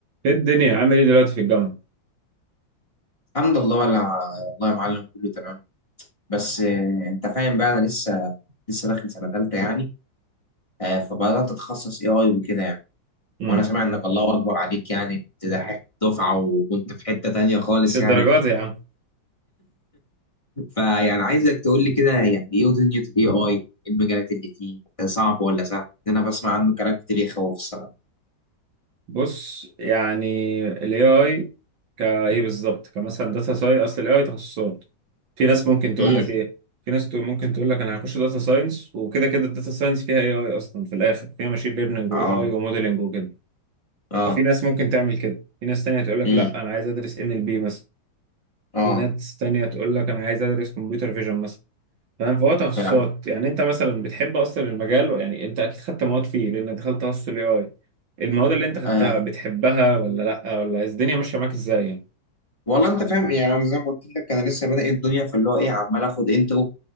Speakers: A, on the right (about 75°); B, on the left (about 15°).
A: ايه الدنيا عامل ايه دلوقتي في الجامعة؟
B: الحمد لله ولا والله يا معلم كله تمام بس آه، انت فاهم بقى انا لسه لسه داخل سنه ثالثه يعني آه، فبدات اتخصص اي اي وكده يعني
A: امم
B: وانا سامع انك الله اكبر عليك يعني تضحك الدفعه وكنت في حته تانية خالص
A: مش الدرجات
B: يعني
A: يا عم
B: فيعني عايزك تقول لي كده يعني ايه دنيا الاي اي المجالات اللي فيه صعب ولا سهل ان انا بسمع عنه كلام كتير يخوف الصراحه
A: بص يعني ال AI كايه بالظبط كمثلا داتا ساينس اصل ال AI تخصصات في ناس ممكن تقول
B: امم
A: لك ايه في ناس تو- ممكن تقول لك انا هخش داتا ساينس وكده كده الداتا ساينس فيها AI اصلا في الاخر فيها ماشين ليرنينج و
B: اه
A: AI وموديلنج وكده
B: اه
A: ففي ناس ممكن تعمل كده في ناس تانية تقول لك
B: امم
A: لا انا عايز ادرس NLP مثلا
B: اه
A: في ناس تانية تقول لك انا عايز ادرس كمبيوتر فيجن مثلا فاهم فهو تخصصات
B: فعلا
A: يعني انت مثلا بتحب اصلا المجال يعني انت اكيد خدت مواد فيه لانك دخلت تخصص الاي اي المواد اللي انت خدتها
B: آه،
A: بتحبها ولا لا ولا الدنيا ماشيه معاك ازاي يعني
B: والله انت فاهم يعني انا زي ما قلت لك انا لسه بادئ الدنيا فاللي هو ايه عمال اخد انترو